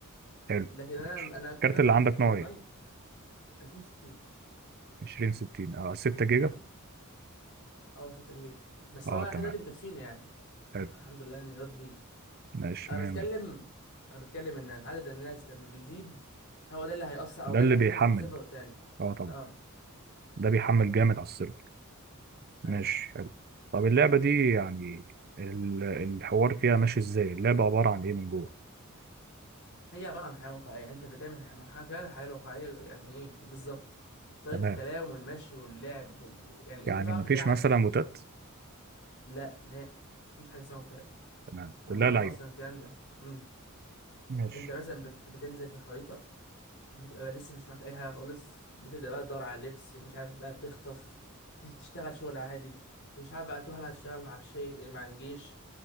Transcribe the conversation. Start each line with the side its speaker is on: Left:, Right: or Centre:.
Right: حلو
Left: لكن انا
Right: ماشي
Left: انا اتكلم
Right: الكارت
Left: مثلا
Right: اللي
Left: على
Right: عندك
Left: حته
Right: نوع
Left: الاونلاين
Right: إيه؟
Left: 2060
Right: 2060 أه 6 جيجا
Left: مم. اه 6 جيجا بس
Right: أه
Left: هو لحد
Right: تمام
Left: دلوقتي مكفيني يعني
Right: حلو
Left: الحمد لله يعني راضي بيه
Right: ماشي
Left: انا
Right: 100
Left: بتكلم
Right: 100
Left: انا بتكلم ان عدد الناس لما بيزيد هو ده اللي هيأثر او
Right: ده
Left: ده
Right: اللي
Left: اللي هيختلف
Right: بيحمل
Left: بين سيرفر والتاني
Right: أه طبعا
Left: اه
Right: ده بيحمل جامد على السيرفر ماشي
Left: ايوه
Right: حلو طب اللعبة دي يعني ال- الحوار فيها ماشي ازاي اللعبة عبارة عن ايه من جوه
Left: هي عباره عن حياه واقعيه يعني انت بتعمل ح- محاكاه للحياه الواقعيه يعني ايه بالظبط طريقه
Right: تمام
Left: الكلام والمشي واللعب و... يعني
Right: يعني
Left: انت طبعا
Right: مفيش
Left: بتلعب
Right: مثلا موتات
Left: لا نهائي مفيش حاجه اسمها مبتدأ
Right: تمام
Left: ممنوع
Right: كلها لعيبة
Left: اصلا الكلام ده امم
Right: ماشي
Left: انت مثلا بت... بتنزل في الخريطه بتبقى لسه مش معاك اي حاجه خالص بتبدا بقى تدور على لبس مش عارف بقى بتخطف ت- تشتغل شغل عادي مش عارف بقى تروح بقى تشتغل مع الشيء مع الجيش